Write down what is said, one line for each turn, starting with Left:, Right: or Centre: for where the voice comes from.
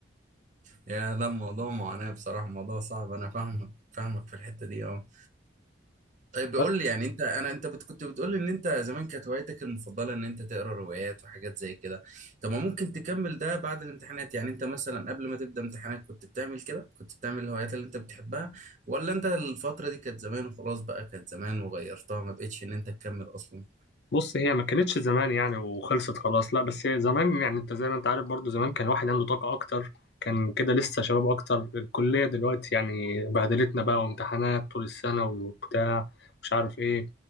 Right: <laughs> يا لا الموضوع معاناة بصراحة الموضوع صعب انا فاهمك فاهمك في الحتة دي اه طيب بقول
Left: بجد
Right: لي يعني انت انا انت بت- كنت بتقول لي ان انت زمان كانت هوايتك المفضله ان انت تقرا روايات وحاجات زي كده طب ما ممكن تكمل ده بعد الامتحانات يعني انت مثلا قبل ما تبدا امتحانات كنت بتعمل كده كنت بتعمل الهوايات اللي انت بتحبها ولا انت الفتره دي كانت زمان وخلاص بقى كانت زمان وغيرتها ما بقتش ان انت تكمل اصلا
Left: بص هي ما كانتش زمان يعني وخلصت خلاص لا بس هي زمان يعني انت زي ما انت عارف برضو زمان كان واحد عنده طاقة اكتر كان كده لسه شباب اكتر الكلية دلوقتي يعني بهدلتنا بقى وامتحانات طول السنة وبتاع مش عارف ايه